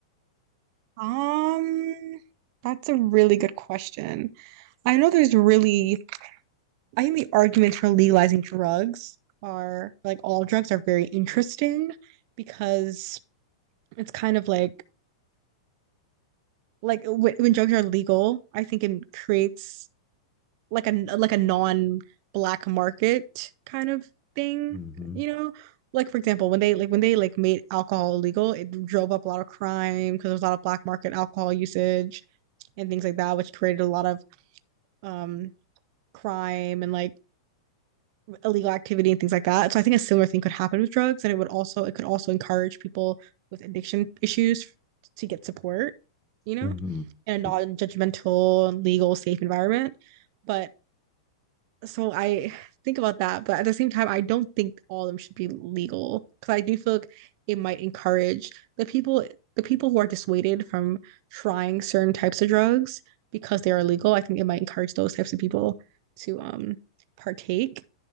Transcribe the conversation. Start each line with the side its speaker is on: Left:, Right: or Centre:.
Right: Um, that's a really good question. I know there's really, I think the arguments for legalizing drugs are like all drugs are very interesting because it's kind of like like when, when drugs are legal, I think it creates like a like a non black market kind of thing,
Left: Mm-hmm.
Right: you know? Like for example, when they like when they like made alcohol illegal, it drove up a lot of crime because there was a lot of black market alcohol usage and things like that, which created a lot of um crime and like illegal activity and things like that. So I think a similar thing could happen with drugs, and it would also it could also encourage people with addiction issues to get support, you know,
Left: Mm-hmm.
Right: in a non-judgmental,
Left: Like,
Right: legal, safe environment. But so I think about that, but at the same time, I don't think all of them should be legal because I do feel like it might encourage the people the people who are dissuaded from trying certain types of drugs because they are illegal. I think it might encourage those types of people to um partake